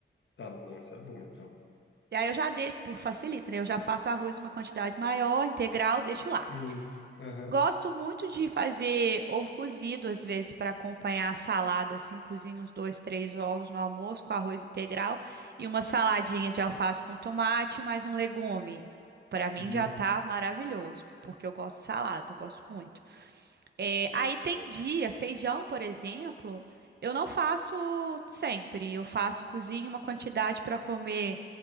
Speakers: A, on the left (about 70°); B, on the right (about 55°).
A: Tá bom, isso é bom, então.
B: E aí eu já dei por facilita, né? Eu já faço arroz em uma quantidade maior, integral, deixo lá.
A: Isso. Aham.
B: Gosto muito de fazer ovo cozido, às vezes, para acompanhar a salada, assim, cozinho uns dois, três ovos no almoço com arroz integral e uma saladinha de alface com tomate, mais um legume. Para mim
A: Uhum.
B: já tá maravilhoso, porque eu gosto de salada, eu gosto muito. É,
A: Boa.
B: aí tem dia, feijão, por exemplo, eu não faço sempre. Eu faço, cozinho uma quantidade para comer